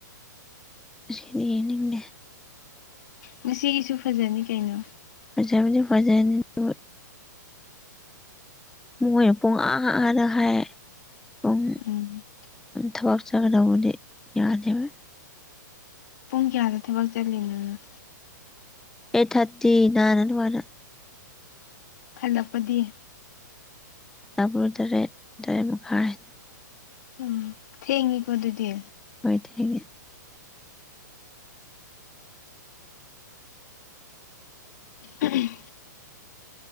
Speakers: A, in the centre; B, on the left.
A: ꯉꯥꯁꯤꯗꯤ ꯌꯦꯡꯅꯤꯡꯗꯦ
B: ꯉꯁꯤꯒꯤꯁꯨ ꯐꯖꯅꯤ ꯀꯩꯅꯣ
A: ꯐꯗꯤ ꯐꯖꯅꯤ ꯑꯗꯣ ꯃꯣꯏꯅ ꯄꯨꯡ ꯑꯥ ꯑꯥꯅ ꯍꯥꯏ ꯄꯨꯡ
B: ꯎꯝ
A: ꯊꯕꯛ ꯆꯠꯒꯗꯧꯕꯗꯤ ꯌꯥꯗꯦꯕ
B: ꯄꯨꯡ ꯀꯌꯥꯗ ꯊꯕꯛ ꯆꯠꯂꯤꯅꯣ ꯅꯪ
A: ꯑꯩꯠ ꯊꯥꯔꯇꯤ ꯅꯥꯏꯟ ꯑꯗꯨꯋꯥꯏꯗ
B: ꯍꯜꯂꯛꯄꯗꯤ
A: ꯅꯨꯡꯗꯥꯡ ꯄꯨꯡ ꯇꯔꯦꯠ ꯇꯔꯦꯠ ꯃꯈꯥꯏ
B: ꯎꯝ ꯊꯦꯡꯉꯤꯀꯣ ꯑꯗꯨꯗꯤ
A: ꯍꯣꯏ ꯊꯦꯡꯉꯦ
B: ꯎꯝ